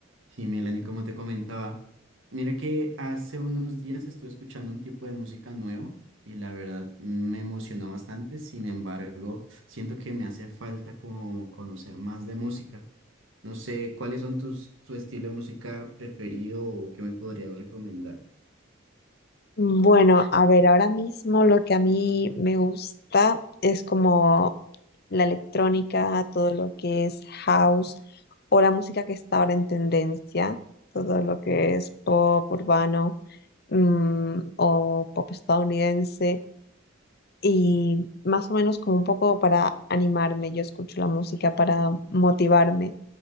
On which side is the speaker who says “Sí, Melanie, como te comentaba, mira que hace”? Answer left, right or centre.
Right